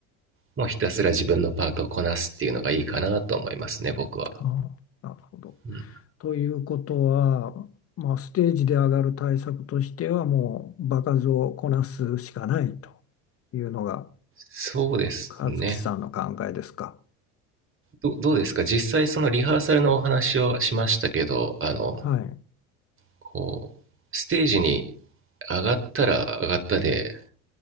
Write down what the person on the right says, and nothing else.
もうひたすら自分のパートをこなすっていうのがいいかなと思いますね、僕は。
うん、
そうですね。
ど、どうですか実際そのリハーサルのお話をしましたけど、あの、
こう、ステージに上がったら上がったで、